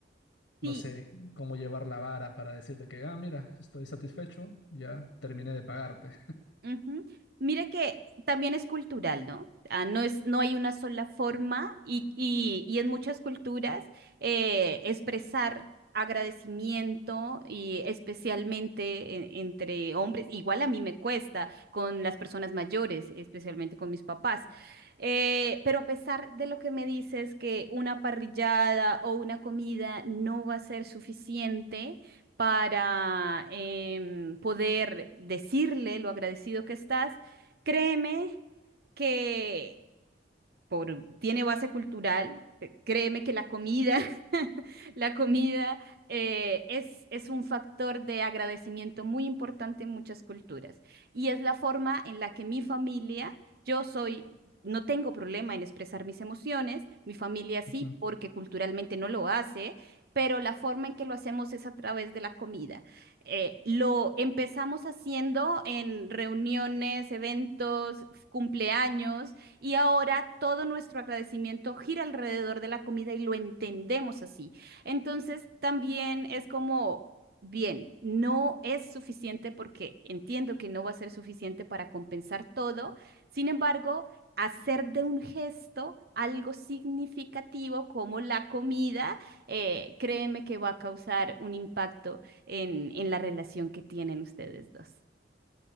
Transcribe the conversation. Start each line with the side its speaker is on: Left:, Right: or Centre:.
Right: Sí,
Left: no sé cómo llevar la vara para decirte que, ah, mira, estoy satisfecho, ya terminé de pagarte.
Right: ujú. Mira que también es cultural, ¿no? Ah, no es, no hay una sola forma y, y- y en muchas culturas eh, expresar agradecimiento y especialmente en- entre hombres, igual a mí me cuesta con las personas mayores, especialmente con mis papás, Eh, pero a pesar de lo que me dices que una parrillada o una comida no va a ser suficiente, para em, poder decirle lo agradecido que estás, créeme que por, tiene base cultural. eh, Créeme que la comida, <laughs> la comida eh, es, es un factor de agradecimiento muy importante en muchas culturas. Y es la forma en la que mi familia, yo soy, no tengo problema en expresar mis emociones, mi familia
Left: <laughs>
Right: sí, porque culturalmente no lo hace. Pero la forma en que lo hacemos es a través de la comida. Eh, lo empezamos haciendo en reuniones, eventos, cumpleaños, y ahora todo nuestro agradecimiento gira alrededor de la comida y lo entendemos así. Entonces, también es como, bien, no es suficiente porque entiendo que no va a ser suficiente para compensar todo. Sin embargo, hacer de un gesto algo significativo como la comida, eh, créeme que va a causar un impacto en, en la relación que tienen ustedes dos.